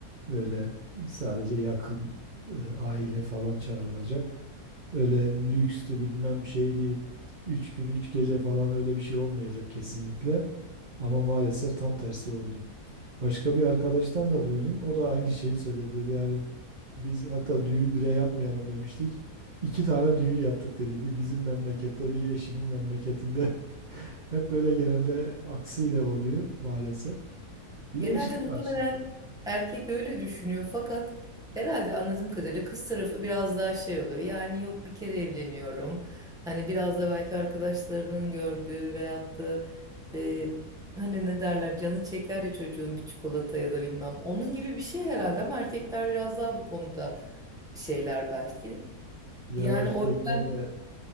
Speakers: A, on the right; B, in the centre.
A: Böyle sadece yakın e, aile falan çağrılacak. Öyle lükstü bilmem şeydi. Üç gün, üç gece falan öyle bir şey olmayacak kesinlikle. Ama maalesef tam tersi oldu. Başka bir arkadaştan da duydum. O da aynı şeyi söyledi dedi. Yani biz hatta düğün bile yapmayalım demiştik. İki tane düğün yaptık dedi. Bir bizim memlekette, bir eşimin memleketinde. <laughs> Hep böyle genelde aksiyle oluyor maalesef. Bir
B: Genelde
A: de şey
B: muhtemelen
A: var şimdi.
B: erkek öyle düşünüyor fakat herhalde anladığım kadarıyla kız tarafı biraz daha şey oluyor. Yani yok bir kere evleniyorum. Hani biraz da belki arkadaşlarının gördüğü veyahut da e, hani ne derler canı çeker ya çocuğun bir çikolata ya da bilmem. Onun gibi bir şey herhalde ama erkekler biraz daha bu konuda şeyler belki.
A: Ya
B: Yani
A: erkeklerde
B: o yüzden